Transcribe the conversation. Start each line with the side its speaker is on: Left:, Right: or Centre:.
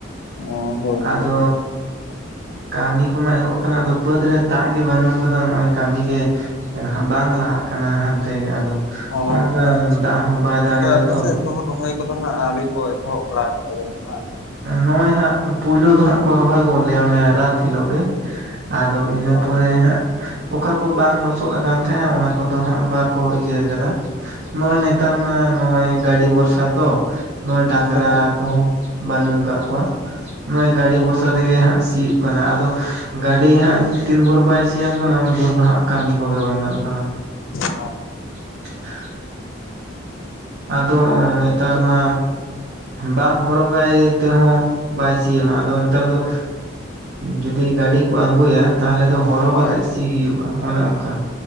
Left: ᱚ ᱦᱳᱭ
Right: ᱟᱫᱚᱻ ᱠᱟᱹᱢᱤ ᱠᱚᱢᱟ ᱮᱦᱚᱵ ᱟᱠᱟᱱᱟ ᱟᱫᱚ ᱵᱟᱹᱫᱽ ᱨᱮ ᱫᱟᱜ ᱜᱮ ᱵᱟᱹᱱᱩᱜ ᱠᱟᱫᱟ ᱱᱚᱜ-ᱚᱭ ᱠᱟᱹᱢᱤ ᱜᱮᱼᱼ ᱵᱟᱝ ᱞᱟᱦᱟᱜ ᱠᱟᱱᱟ ᱦᱟᱱᱛᱮ ᱜᱮ ᱟᱫᱚ᱾
Left: ᱚ
Right: ᱱᱚᱜᱼᱚ ᱱᱚᱝᱠᱟ
Left: ᱟᱪᱪᱷᱟ
Right: ᱫᱟᱜ ᱦᱚᱸ ᱵᱟᱭ ᱫᱟᱜ
Left: ᱛᱟᱦᱟᱞᱮ
Right: ᱮᱫᱟ
Left: ᱟᱯᱮ
Right: ᱛᱚ
Left: ᱥᱮᱫ ᱫᱚ ᱨᱚᱦᱚᱭᱼᱼ ᱠᱚᱫᱚ ᱦᱟᱸᱜ ᱟᱹᱣᱨᱤ ᱠᱚ ᱮᱛᱚᱦᱚᱵ ᱵᱟᱲᱟ ᱟᱠᱟᱫᱟ ᱡᱟᱱᱤᱡ ᱵᱟᱝ?
Right: ᱱᱚᱜᱚᱭ ᱦᱟᱸᱜ ᱯᱩᱭᱞᱩ ᱫᱚ ᱦᱟᱸ ᱨᱚᱦᱚᱭ ᱜᱚᱫ ᱞᱮᱜᱟ ᱚᱱᱮ ᱨᱟᱛ ᱦᱤᱞᱚᱜ ᱜᱮ᱾ ᱟᱫᱚ ᱤᱱᱟᱹ
Left: ᱦᱳᱭ᱾
Right: ᱯᱚᱨᱮ ᱦᱟᱸᱜᱼᱼ ᱚᱠᱟ ᱠᱚ ᱵᱟᱝ ᱞᱚᱥᱚᱫ ᱟᱠᱟᱱ ᱛᱟᱦᱮᱸᱫ ᱚᱱᱟ ᱠᱚᱫᱚ ᱦᱟᱸᱜ ᱵᱟᱠᱚ ᱤᱭᱟᱹ ᱟᱠᱟᱫᱟ᱾ ᱱᱚᱜᱚᱭ ᱱᱮᱛᱟᱨ ᱢᱟ ᱱᱚᱜᱚᱭ ᱜᱟᱹᱰᱤ ᱵᱷᱚᱨᱥᱟ ᱛᱚ ᱱᱚᱜᱚᱭ ᱰᱟᱝᱨᱟ
Left: ᱛᱟᱦᱚᱞᱮ ᱜᱚᱝ
Right: ᱠᱚᱦᱚᱸᱼᱼ ᱵᱟᱹᱱᱩᱜ ᱠᱟᱜ ᱠᱚᱣᱟ ᱱᱚᱜᱚᱭ ᱜᱟᱹᱰᱤ
Left: ᱦᱳᱭ
Right: ᱵᱷᱚᱨᱥᱟ ᱛᱮᱜᱮ ᱦᱟᱸᱜ ᱥᱤᱭᱳᱜ ᱠᱟᱱᱟ ᱟᱫᱚ ᱜᱟᱹᱰᱤ ᱦᱟᱸᱜ ᱛᱤᱱ ᱵᱷᱳᱨ ᱵᱟᱭᱼᱼ ᱥᱤᱭᱟᱢ ᱠᱟᱱᱟ ᱩᱱ ᱵᱷᱳᱨ ᱫᱚ ᱦᱟᱸᱜ ᱠᱟᱹᱢᱤ ᱠᱚᱜᱮ ᱵᱟᱝ ᱜᱟᱱᱚᱜ ᱠᱟᱱᱟ᱾
Left: <inaudible>
Right: <unintelligible> ᱟᱫᱚ ᱱᱮᱛᱟᱨ ᱢᱟ ᱵᱟᱢ ᱦᱚᱨᱚᱜᱼᱼ ᱵᱟᱭ ᱛᱮᱦᱚᱸ ᱵᱟᱭ ᱥᱤᱭᱟᱢᱟᱭ, ᱟᱫᱚ ᱱᱮᱛᱟᱨ ᱫᱚᱼᱼ ᱡᱩᱚᱫᱤ ᱜᱟᱹᱰᱤ ᱠᱚ ᱟᱱᱜᱩᱭᱟᱼᱼ ᱛᱟᱦᱚᱞᱮ ᱫᱚ ᱦᱚᱨᱚ
Left: ᱦᱳᱭ᱾
Right: ᱠᱟᱛᱮᱜ ᱥᱤ ᱦᱩᱭᱩᱜ-ᱟ ᱚᱱᱮ ᱚᱱᱠᱟ